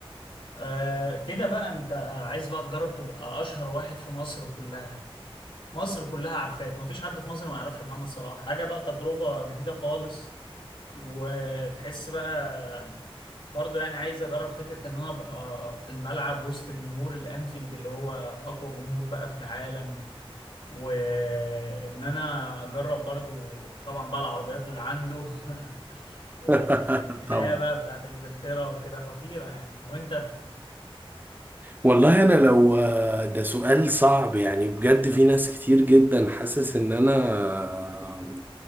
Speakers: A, on the left; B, on the right.
A: آه كده بقى أنت عايز بقى تجرب تبقى أشهر واحد في مصر كلها مصر كلها عارفاك مفيش حد في مصر ما يعرفش محمد صلاح حاجة بقى تجربة جديدة خالص وتحس بقى برضه يعني عايز اجرب فكره ان انا ابقى في الملعب وسط جمهور الانفيلد اللي هو اقوى جمهور بقى في العالم وان انا اجرب برضو طبعا بقى العربيات اللي عنده <laughs> والحياة
B: <laughs> طبعا
A: بقى بتاعت انجلترا وكده خطيرة يعني وانت
B: والله انا لو آه، ده سؤال صعب يعني بجد في ناس كتير جدا حاسس ان انا آه،